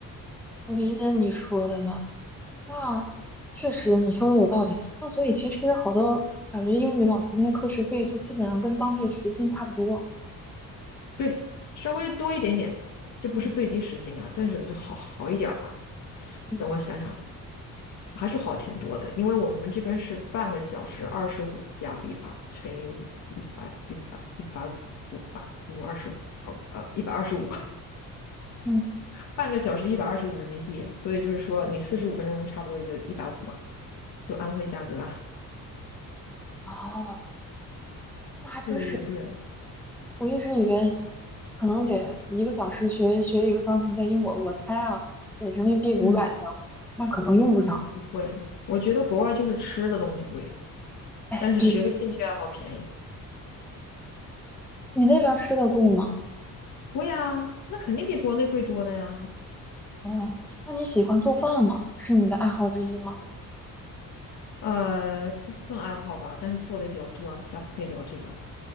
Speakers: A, in the centre; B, on the left.
A: 我理解你说的了。那确实你说的有道理。那所以其实好多感觉英语老师那课时费就基本上跟当地时薪差不多。
B: 对，稍微多一点点，就不是最低时薪啊，
A: 嗯
B: 但是好好一点儿吧。
A: 嗯
B: 等我想想，还是好挺多的，因为我们这边是半个小时二十五加币吧，乘以五，一百一百一百五吧，五二十五，呃，一百二十五，
A: 嗯，
B: 半个小时一百二十五人民币，所以就是说你四十五分钟差不多也就一百五嘛，就安徽价格啊 <laughs>
A: 哦，那还真是。
B: 对对对，
A: 我一直以为可能得一个小时学学一个钢琴，在英国我猜啊得人民币五百的样子，
B: 嗯，
A: 那可能用不上。
B: 不会，我觉得国外就是吃的东西贵，
A: 哎，
B: 但是学个兴趣爱好便宜，
A: 对你那边儿吃的贵吗？
B: 贵啊，那肯定比国内贵多了呀。
A: 哦，那你喜欢做饭吗？是你的爱好之一吗？
B: 呃，不算爱好吧，但是做的也比较多啊，下次可以聊这个。